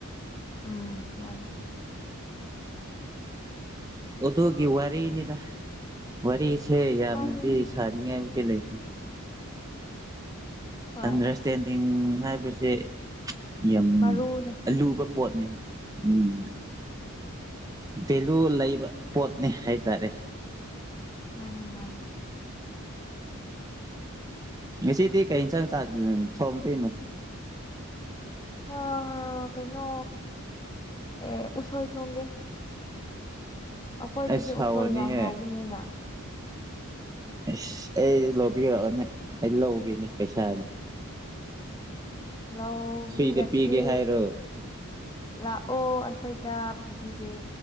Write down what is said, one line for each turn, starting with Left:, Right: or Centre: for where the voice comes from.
Left: ꯎꯝ ꯃꯥꯅꯤ
Right: ꯑꯗꯨꯒꯤ ꯋꯥꯔꯤꯅꯤꯗ ꯋꯥꯔꯤꯁꯦ ꯌꯥꯝꯅꯗꯤ
Left: ꯃꯥꯅꯤꯗ
Right: ꯁꯥꯅꯤꯡꯉꯥꯏ ꯂꯩꯇꯦ
Left: ꯍꯣꯏ
Right: ꯑꯟꯗꯔꯁꯇꯦꯟꯗꯤꯡ ꯍꯥꯏꯕꯁꯦ ꯌꯥꯝ
Left: ꯃꯔꯨꯅꯦ
Right: ꯂꯨꯕ ꯄꯣꯠꯅꯦ ꯎꯝ ꯑꯗꯨ ꯂꯩꯕ ꯄꯣꯠꯅꯤ ꯍꯥꯏꯇꯥꯔꯦ
Left: ꯃꯥꯅꯤ ꯃꯥꯅꯤ
Right: ꯉꯁꯤꯗꯤ ꯀꯩ ꯌꯦꯟꯁꯥꯡ ꯊꯣꯡꯗꯣꯏꯅꯣ
Left: ꯍ‌ꯣ ꯍ‌ꯧ ꯀꯩꯅꯣ ꯑꯦ ꯎꯁꯣꯏ ꯊꯣꯡꯒꯦ ꯑꯩꯈꯣꯏꯗꯗꯤ
Right: ꯑꯁ ꯍꯥꯎꯔꯅꯤꯍꯦ
Left: ꯎꯁꯣꯏ ꯌꯥꯝ ꯍꯧꯕꯅꯤꯅ
Right: ꯑꯁ ꯑꯩ ꯂꯧꯕꯤꯔꯛꯑꯣꯅꯦ ꯑꯩ ꯂꯧꯒꯦꯅꯦ ꯄꯩꯁꯥꯅꯤ
Left: ꯂꯧꯕꯤꯔꯀꯦ
Right: ꯐ꯭ꯔꯤꯗ ꯄꯤꯒꯦ ꯍꯥꯏꯔꯣ
Left: ꯂꯥꯛꯑꯣ ꯑꯩꯈꯣꯏꯗ ꯄꯤꯕꯤꯒꯦ